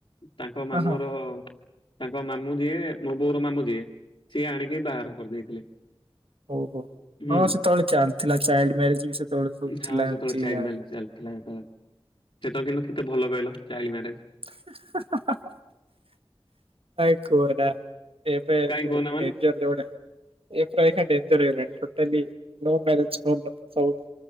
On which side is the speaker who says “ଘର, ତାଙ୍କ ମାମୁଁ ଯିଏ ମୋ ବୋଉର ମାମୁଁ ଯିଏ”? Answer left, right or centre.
Left